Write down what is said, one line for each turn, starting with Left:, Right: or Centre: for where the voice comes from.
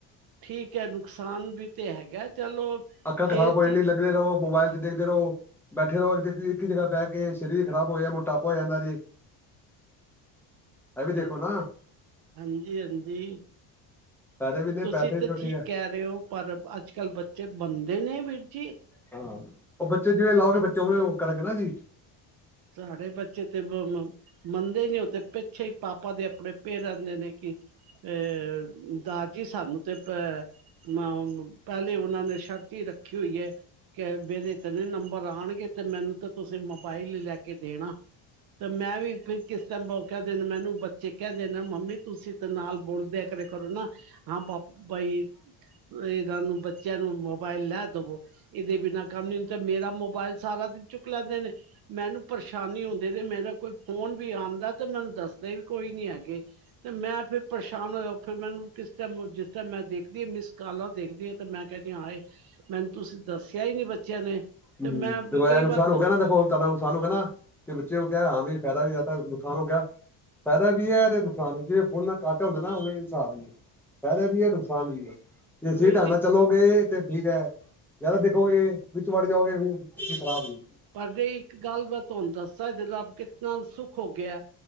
Right: ਠੀਕ ਹੈ, ਨੁਕਸਾਨ ਵੀ ਤੇ ਹੈਗਾ ਚਲੋ
Centre: ਅੱਖਾਂ ਖਰਾਬ
Right: ਇਹ
Centre: ਹੋ
Right: ਚੀਜ਼
Centre: ਜਾਂਦੀਆ ਨੇ, ਲਗੇ ਰਹੋ, ਮੋਬਾਇਲ ਤੇ ਦੇਖਦੇ ਰਹੋ ਬੈਠੇ ਰਹੋ, ਇੱਕ ਈ ਜਗ੍ਹਾ ਬੈ ਕੇ, ਸਰੀਰ ਖਰਾਬ ਹੋ ਜਾਏ ਮੋਟਾਪਾ ਹੋ ਜਾਂਦਾ ਜੀ ਇਹ ਵੀ ਦੇਖੋ
Right: ਅਹ,
Centre: ਨਾ
Right: ਹਾਜੀ- ਹਾਂਜੀ
Centre: ਫਾਇਦੇ ਵੀ ਨੇ
Right: ਤੁਸੀਂ
Centre: ਪੈਸੇ ਵੀ
Right: ਤਾਂ
Centre: ਚਲੋ
Right: ਠੀਕ
Centre: ਹੈ
Right: ਕੈ ਰਏ ਓ, ਪਰ ਅੱਜ -ਕੱਲ੍ਹ ਬੱਚੇ ਮੰਨਦੇ ਨੇ ਵੀਰ ਜੀ।
Centre: ਹਾਂ, ਓ ਬੱਚੇ ਜਿਵੇਂ ਲਾਓਗੇ ਬੱਚੇ ਉਵੇਂ ਓ ਕਰਨਗੇ ਜੀ।
Right: ਸਾਡੇ ਬੱਚੇ ਤੇ ਦੋਨੋ ਮੰਨਦੇ ਨੀ ਓ ਤੇ ਪਿੱਛੇ ਈ, ਪਾਪਾ ਦੇ ਆਪਣੇ ਪਏ ਰੇਂਦੇ ਨੇ ਕਿ ਅਹ ਦਾਰ ਜੀ ਸਾਨੂੰ ਤੇ ਅ ਮਾਉਨ ਨੂੰ, ਪੈਲੇ ਓਨਾਂ ਨੇ ਸ਼ਰਤ ਈ ਰੱਖੀ ਹੋਈ ਐ। ਕੇ ਮੇਰੇ ਤੇ ਐਨੇ ਨੰਬਰ ਆਨਗੇ ਤੇ ਮੈਨੂੰ ਤਾਂ ਤੁਸੀਂ ਮੋਬਾਈਲ ਲੈ ਕੇ ਦੇਨਾ। ਤੇ ਮੈਂ ਵੀ ਫਿਰ ਕਿਸ ਟੈਮ ਕੈ ਦੇਨਾ ਮੈਨੂੰ ਬੱਚੇ ਕੈ ਦੇਨ ਨਾ ਮੰਮੀ ਤੁਸੀਂ ਤਾ ਨਾਲ ਬੋਲ ਦੇ ਕਿਆ ਕਰੋ ਨਾ, ਆਂ ਪਾਪਾ ਈ ਏ ਗੱਲ ਨੂੰ ਬੱ ਬੱਚੇਆਂ ਨੂੰ ਮੋਬਾਇਲ ਲੈ ਦਵੋ ਏਦੇ ਬਿਨਾਂ ਕੰਮ ਨੀ ਹੁੰਦਾ ਮੇਰਾ ਮੋਬਾਇਲ ਸਾਰਾ ਦਿਨ ਚੁੱਕ ਲੈਂਦੇ ਨੇ, ਮੈਨੂੰ ਪਰੇਸ਼ਾਨੀ ਹੁੰਦੇ ਤੇ ਮੇਰਾ ਕੋਈ ਫੋਨ ਵੀ ਆਂਦਾ ਤੇ ਮੈਨੂੰ ਦੱਸਦੇ ਵੀ ਕੋਈ ਨੀ ਹੈਗੇ। ਤੇ ਮੈਂ ਫਿਰ ਪਰੇਸ਼ਾਨ ਹੋਏਆ ਫਿਰ ਮੈਨੂੰ ਕਿਸ ਟੈਮ ਨੂੰ ਜਿਸ ਟੈਮ ਮੈਂ ਦੇਖਦੀ ਆਂ ਮਿਸ ਕਾਲਾਂ ਦੇਖਦੀ ਆਂ ਤੇ ਮੈਂ ਕੈਨੀ ਆਂ ਹਾਏ ਮੈਨੂੰ ਤੁਸੀਂ ਦੱਸੇਆ ਈ ਨੀ ਬੱਚਿਆਂ ਨੇ। ਤੇ
Centre: ਹੂੰ,
Right: ਮੈਂ
Centre: ਦਵਾਏਆ
Right: ਕਈ
Centre: ਨੁਕਸਾਨ
Right: ਵਾਰ
Centre: ਹੋ ਗੇਆ ਨਾ ਦੇਖੋ। ਜਾਦਾ ਨੁਕਸਾਨ ਹੋ ਗੇਆ ਨਾ ਤੇ ਬੱਚੇ ਨੂੰ ਕਿਆ ਹਾਂ ਵੀ ਫੈਦਾ ਵੀ ਜਾਦਾ ਨੁਕਸਾਨ ਹੋ ਗੇਆ। ਫੈਦਾ ਵੀ ਐ ਤੇ ਨੁਕਸਾਨ ਵੀ ਕੀ ਆ ਜੇ ਫੋਨ ਨਾ ਘੱਟ ਹੁੰਦੇ ਨਾ ਓਵੇਂ ਨੁਕਸਾਨ ਵੀ। ਫੈਦੇ ਵੀ ਐ ਨੁਕਸਾਨ ਵੀ ਐ। ਜੇ ਸਈ
Right: ਵੀਰ
Centre: ਢੰਗ
Right: ਜੀ
Centre: ਨਾਲ ਚੱਲੋਗੇ ਤੇ ਠੀਕ ਐ, ਜ਼ਿਆਦਾ ਦੇਖੋਗੇ ਵੀ ਵਿਚ ਵੜ ਜਾਓਗੇ ਫੇਰ ਤੇ ਖਰਾਬ ਈ।
Right: ਪਰ ਨਈਂ ਇੱਕ ਗੱਲ ਮੈਂ ਤੁਆਨੂੰ ਦੱਸਾਂ ਏਦੇ ਨਾਲ ਕਿਤਨਾ ਸੁਖ ਹੋ ਗੇਆ।